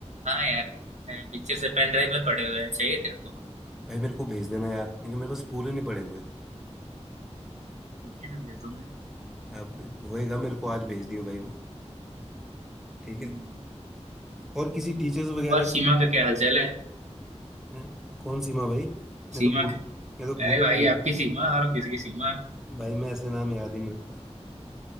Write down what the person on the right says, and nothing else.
हाँ यार पिक्चर से पेन ड्राइव में पड़े हुए हैं चाहिए तेरे को
ठीक है ना भेज दूंगा
हम्म,
और सीमा
का क्या हालचाल है
सीमा
का
अरे भाई
आपकी सीमा और किसकी सीमा